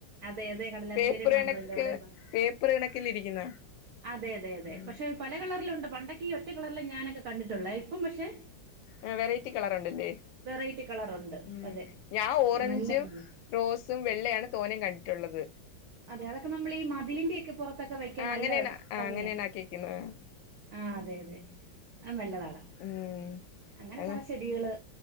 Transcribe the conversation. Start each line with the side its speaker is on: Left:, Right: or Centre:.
Right: അതെ അതെ കടലാസ്സ്
Left: പേപ്പർ
Right: ചെടി നമ്മളെല്ലാംവിടെ
Left: കണക്ക് പേപ്പർ കണക്കിലിരിക്കുന്ന
Right: അതെ അതെ അതെ
Left: ഉം
Right: പക്ഷെ പല കളറിലുംണ്ട് പണ്ടൊ ഈ ഒറ്റ കളറല്ലാം ഞാനൊക്കെ കണ്ടിട്ടുള്ളേ ഇപ്പം പക്ഷെ
Left: ആ വെറൈറ്റി കളറുണ്ടല്ലേ
Right: വെറൈറ്റി കളറുണ്ട്
Left: ഉം
Right: അതെ
Left: ഞാൻ ഓറഞ്ചും
Right: നല്ല ഭംഗി
Left: റോസും വെള്ളയാണ് <unintelligible> കണ്ടിട്ടുള്ളത്
Right: അതെ അതൊക്കെ നമ്മൾ ഈ മതിലിന്റെക്കെ പുറത്തൊക്കെ വെക്കാൻ
Left: ആ
Right: നല്ല
Left: അങ്ങനെയാണ് ആ
Right: ഭംഗിയാണ്
Left: അങ്ങനെയാണ് ആക്കിക്കുന്നത്
Right: ആഹ അതെ അതെ അത് നല്ലതാടാ
Left: ഉം
Right: അങ്ങനെ
Left: അത്
Right: കൊറേ ചെടികള്